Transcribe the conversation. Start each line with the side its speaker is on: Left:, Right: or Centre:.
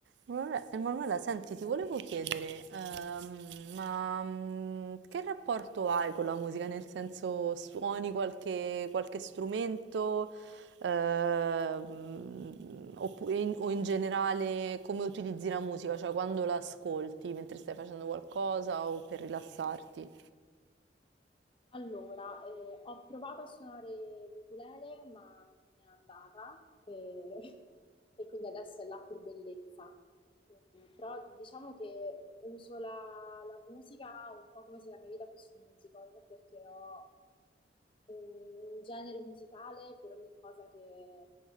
Right: Emanuela, Emanuela, senti, ti volevo chiedere, ehm, ma mm, che rapporto hai con la musica? Nel senso, suoni qualche, qualche strumento, Ehm, oppu- e in- o in generale come utilizzi la musica? Cioè quando la ascolti mentre stai facendo qualcosa o per rilassarti?
Left: Allora, eh, ho provato a suonare l'ukulele, ma non è andata e, <laughs> e quindi adesso è là per bellezza. Eh, Però diciamo che uso la, la musica un po' come se la mia vita fosse un musical, perché ho un genere musicale per ogni cosa che,